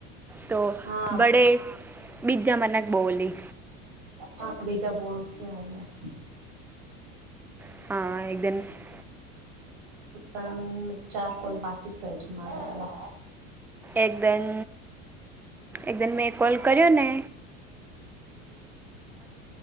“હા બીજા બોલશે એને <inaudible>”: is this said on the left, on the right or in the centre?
Right